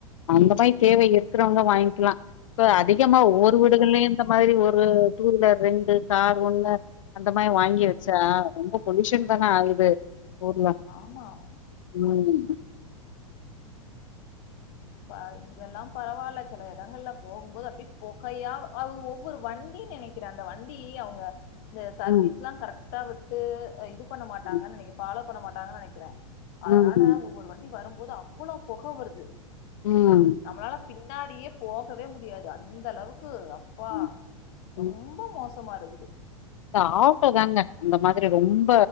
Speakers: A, on the left; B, on the left.
A: அந்த மாரி தேவை இருக்கிறவங்க வாங்கிக்கலா இப்ப அதிகமா ஓர்
B: கண்டிப்பா
A: வீடுகள்லயு இந்த மாரி ஒரு டூ வீலர் ரெண்டு கார் ஒண்ணு அந்த மாரி வாங்கி வெச்சா
B: ம்
A: ரொம்ப பொல்யூஷன் தான ஆகுது ஊர்ல
B: ஆமா
A: ம்
B: ப இங்கெல்லா பரவால்ல செல எடங்கள்ல போகும்போது அப்டி பொகையா அது ஒவ்வொரு வண்டினு நெனை க்கிற அந்த வண்டி அவங்க இந்த சர்வீஸ்ல்லா
A: ம்,
B: கரெக்ட்டா விட்டு இது பண்ண மாட்டாங்கன்னு
A: ம்,
B: நெனைக்கு ஃபாலோ பண்ண மாட்டாங்கன் நெனைக்கிறே
A: ம்,
B: அதனால ஒவ்வொரு வண்டி வரும்போது அவ்வள பொக வருது
A: ம்
B: நம்மலால பின்னாடியே போகவே முடியாது அந்த அளவு க்கு அப்பா
A: ம்,
B: ரொம்ப
A: ம்.
B: மோசமா இருக்குது
A: இந்த ஆட்டோ தாங்க அந்த மாரி ரொம்ப